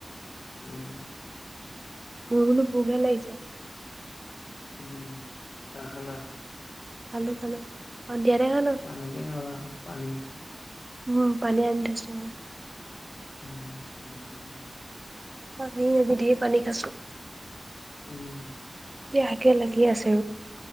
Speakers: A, on the left; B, on the right.
A: উম।
B: মোৰ বোলো পহু ভাল লাগিছে
A: উমঁ চাহ খালা?
B: খালোঁ খালোঁ সন্ধিয়াতে খালোঁ।
A: পানী কে খাবা পানী।
B: উম, পানী আনি থৈছোঁ মই।
A: <inaudible>
B: পানী আজি ধেই পানী খাইছোঁ।
A: উম।
B: বেয়াকে লাগি আছে।